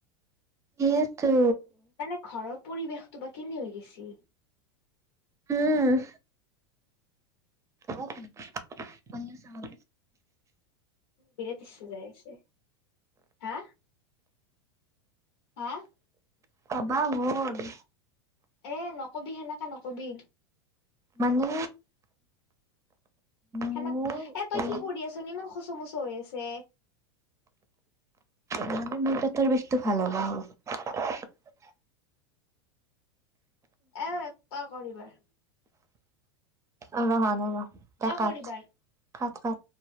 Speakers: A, on the right; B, on the left.
A: সেইটো
B: মানে ঘৰৰ পৰিৱেশটো বা কেনে হৈ গৈছে।
A: উম অ ম চাব
B: বিৰাতি যায় আছে হা হা
A: পাবা হৰ
B: এ নকবি সেনেকাে নকবি
A: মানে
B: হেনা,
A: মোৰ
B: এ তই
A: এই
B: কি কৰি আছ? ইমান সচ মচ হৈ আছে।
A: গামীৰ মল ত আৰু বসো ভাল লাহ <unintelligible>
B: এ তই কৰ এই।
A: অহ। হোৱা নাই ৰ, তই
B: কৰ
A: কাত-কাত-কাত
B: এইবাৰ